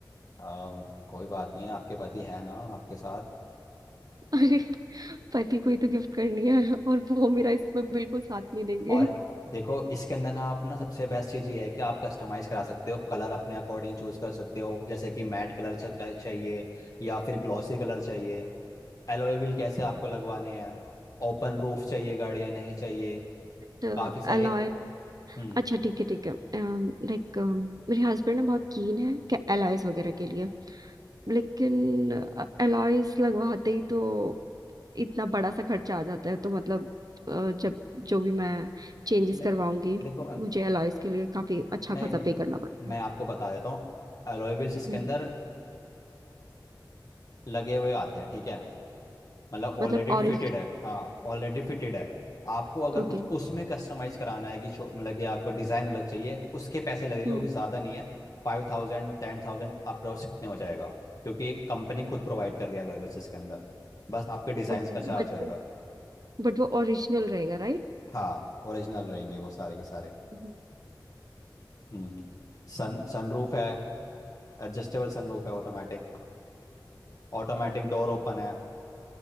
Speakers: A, on the left (about 50°); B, on the right (about 55°).
A: अम, कोई बात नहीं आपके पति है ना आपके साथ
B: <laughs> अरे पति को ही तो गिफ्ट करनी है और वो मेरा इसमें बिल्कुल साथ नहीं देंगे
A: और देखो इसके अंदर ना आप ना सबसे बेस्ट चीज़ ये है कि आप कस्टमाइज करा सकते हो कलर अपने अकॉर्डिंग चूज कर सकते हो जैसे कि मैट कलर चाहिए या फिर ग्लॉसी कलर चाहिए एलॉय व्हील कैसे आपको लगवाने हैं ओपन रूफ चाहिए गाड़ी या नहीं चाहिए
B: बट
A: काफ़ी सारे
B: अलॉय
A: हम्म
B: अच्छा ठीक है ठीक है लाइक मेरे हस्बैंड ना बहुत कीन है क्या अलॉयज वगैरह के लिए लेकिन अलॉयज लगवाते ही तो इतना बड़ा सा खर्चा आ जाता है तो मतलब अ, जब जो भी मैं चेंजेस
A: नहीं
B: करवाऊंगी
A: देखो मैम
B: मुझे अलॉयज के लिए काफी अच्छा
A: नहीं
B: खासा
A: नहीं
B: पे करना पड़ेगा
A: मैं आपको बता देता हूँ एलॉय व्हील्स इसके
B: हम्म,
A: अंदर लगे हुए आते हैं ठीक है मतलब
B: मतलब
A: ऑलरेडी
B: ओरिजिन
A: फिटेड है हाँ ऑलरेडी फिटेड है आपको अगर
B: ओके
A: कुछ उसमें कस्टमाइज कराना है कि छो- मतलब कि आपको डिज़ाइन अलग चाहिए उसके पैसे लगेंगे
B: हम्म
A: वो भी ज़्यादा नहीं है फाइव थाउजेंड टेन थाउजेंड अप्रोक्स इतने हो जाएगा क्योंकि कंपनी खुद प्रोवाइड कर रही है एलॉय व्हील्स इसके अंदर बस आपके डिज़ाइन
B: ओके
A: का चार्ज
B: बट
A: होएगा
B: वो बट वो ओरिजिनल रहेगा राइट
A: हाँ ओरिजिनल रहेंगे वो सारे के सारे
B: हम्म।
A: हम्म सन सनरूफ है एडजस्टेबल सनरूफ है ऑटोमेटिक ऑटोमेटिक डोर ओपन है